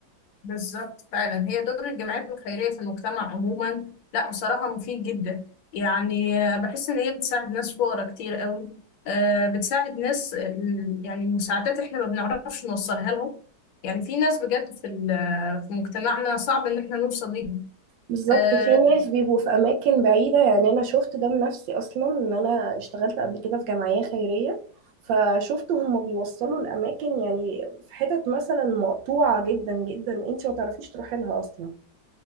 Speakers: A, on the left; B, on the right.
A: بالظبط فعلا هي دور الجمعيات الخيرية في المجتمع عموما لا بصراحة مفيد جدا يعني آه، بحس إن هي بتساعد ناس فقراء كتير قوي آه، بتساعد ناس آه، يعني المساعدات إحنا ما بنعرفش نوصلها لهم يعني في ناس بجد في ال- آه، في مجتمعنا صعب إن إحنا نوصل ليهم
B: بالظبط
A: آه،
B: في ناس بيبقوا في اماكن بعيده يعني انا شفت ده بنفسي اصلا ان انا اشتغلت قبل كده في جمعيه خيريه فشفت هم بيوصلوا الاماكن يعني في حتت مثلا مقطوعه جدا جدا انت ما تعرفيش تروحي لها اصلا